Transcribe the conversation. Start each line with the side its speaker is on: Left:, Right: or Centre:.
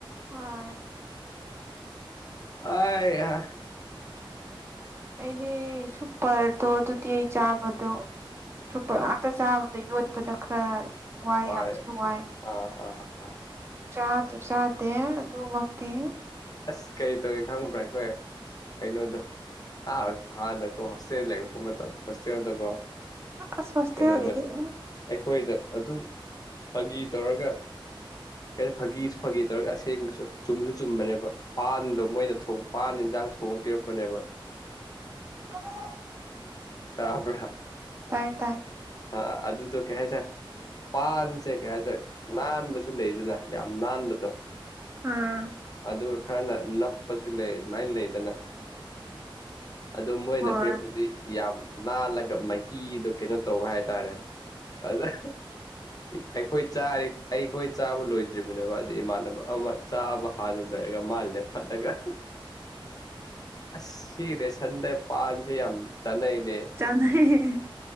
Right: ꯍꯣꯏ
Left: <unintelligible>
Right: ꯑꯩꯗꯤ ꯁꯨꯄꯔꯗꯣ ꯑꯗꯨꯗꯤ ꯑꯩ ꯆꯥꯕꯗꯣ ꯁꯨꯄꫪ ꯉꯥꯛꯇ ꯆꯥꯕꯗꯣ ꯌꯣꯠꯄꯗ ꯈꯔ ꯋꯥꯏ
Left: ꯋꯥꯔꯦ
Right: ꯌꯥꯝ ꯊꯤꯅ ꯋꯥꯏ
Left: ꯑꯥ ꯑꯥ ꯑꯥ
Right: ꯆꯥꯗꯨ ꯆꯥꯗ‌ꯦ ꯑꯗꯨꯃꯛꯇꯤ
Left: ꯑꯁ ꯀꯩ ꯇꯧꯋ‌ꯦ ꯈꯪꯕ꯭ꯔꯥ ꯑꯩꯈꯣꯏ ꯀꯩꯅꯣꯗꫭ ꯑ ꯍꯥꯟꯅꯀꯣ ꯍꯣꯁꯇꯦꯜ ꯂꯩꯔꯛꯄ ꯃꯇꯝ ꯍꯣꯁꯇꯦꯜꯗꯀꯣ
Right: ꯑꯁ ꯍꫭꯁꯇ‌ꯦꯜꯒꯤꯗꯤ
Left: ꯀꯩꯅꯣꯅꯦꯕ
Right: ꯑ
Left: ꯑꯩꯈꯣꯏꯗ ꯑꯗꯨꯝ ꯐꯪꯒꯤ ꯇꯧꯔꯒ ꯑꯩꯅ ꯐꯥꯒꯤꯁꯨ ꯐꯥꯒꯤ ꯇꯧꯔꯒ ꯑꯁꯦꯡꯕꯁꯨ ꯆꯨꯝꯁꯨ ꯆꯨꯝꯕꯅꯦꯕ ꯄꯥꯟꯗꯣ ꯃꯣꯏꯅꯣ ꯊꫭꯡ ꯄꯥꯟ ꯏꯟꯁꯥꯡ ꯊꯣꯡꯉ ꯄꯤꯔꯛꯄꯅꯦꯕ
Right: ꯑ <unintelligible>
Left: ꯇꯥ꯭ꯕꯔꯥ
Right: ꯇꯥꯏ ꯇꯥꯏ
Left: ꯑ ꯑꯗꯨꯗꯣ ꯀꯩ ꯍꯥꯏꯇꯥꯔꯦ ꯄꯥꯟꯁꯦ ꯀꯩ ꯍꯥꯏꯇꯥꯔꯦ ꯅꯥꯟꯕꯁꯨ ꯂꯩꯗꯅ ꯌꯥꯝ ꯅꯥꯟꯕꯗꯣ
Right: ꯑꯥ
Left: ꯑꯗꯨ ꯈꯔꯅ ꯅꯞꯄꯁꯨ ꯂꯩ ꯑꯗꯨꯃꯥꯏꯅ ꯂꯩꯗꯅ ꯑꯗꯣ ꯃꯣꯏꯅ
Right: ꯍꯣꯏ
Left: ꯄꯤꯔꯛꯄꯗꯤ ꯌꯥꯝ ꯅꯥꯜꯂꯒ ꯃꯍꯤꯗꯣ ꯀꯩꯅꯣ ꯇꯧꯕ ꯍꯥꯏꯇꯥꯔꯦ ꯑꯗꯥ ꯑꯩꯈꯣꯏ ꯆꯥꯔꯤ ꯑꯩꯈꯣꯏ ꯆꯥꯕ ꯂꯣꯏꯗ꯭ꯔꯤꯕꯅꯦꯕ ꯑꯗꯥ ꯏꯃꯥꯟꯅꯕ ꯑꯃ ꯆꯥꯕ ꯍꯥꯟꯅ ꯂꯣꯏꯔꯒ ꯃꯥꯟꯅ ꯂ‌ꯦꯞꯈꯠꯂꯒ ꯑꯁ ꯁꯤ ꯔꯦꯁꯟꯗ ꯄꯥꯟꯁꯦ ꯌꯥꯝ ꯆꯥꯅꯩꯅꯦ
Right: ꯆꯥꯅꯩ